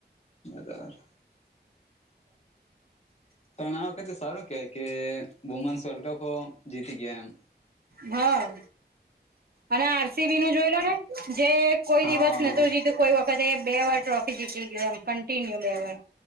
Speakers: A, on the left; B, on the right.
A: બરાબર પણ આ વખતે સારું કહેવાય કે વુમેન્સ વર્લ્ડ કપ જીતી ગયા એમ.
B: હા અને આર સી બી નું જોઈ લો ને જે કોઈ
A: હા
B: દિવસ નતું જીતું કોઈ આ વખતે બે વાર ટ્રોફી જીતી ગયો એમ કન્ટિન્યુ બે વાર